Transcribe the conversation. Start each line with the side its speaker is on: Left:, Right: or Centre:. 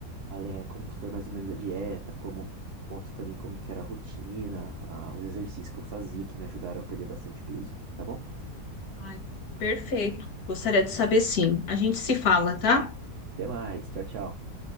Right: além é, como que foi mais ou menos a dieta, como conto também como que era a rotina, a- os exercícios que eu fazia que me ajudaram a perder bastante peso, tá bom?
Left: Ai, perfeito. Gostaria de saber sim. A gente se fala, tá?
Right: Até mais, tchau, tchau.